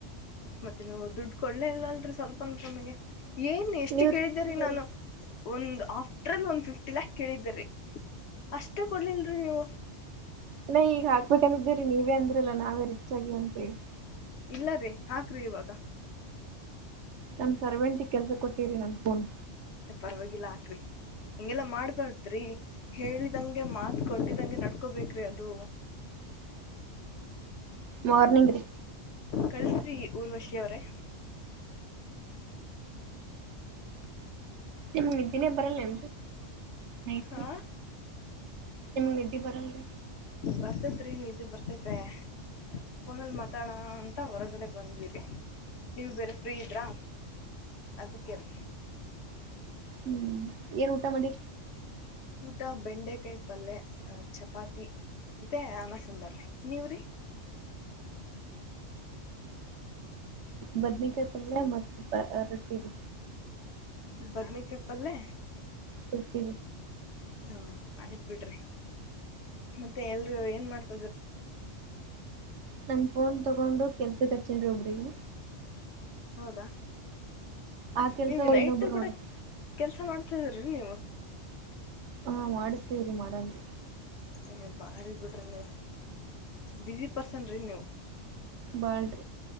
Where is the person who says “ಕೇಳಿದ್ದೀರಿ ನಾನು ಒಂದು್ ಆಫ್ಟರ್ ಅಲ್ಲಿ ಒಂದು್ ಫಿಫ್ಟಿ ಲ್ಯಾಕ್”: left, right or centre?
Left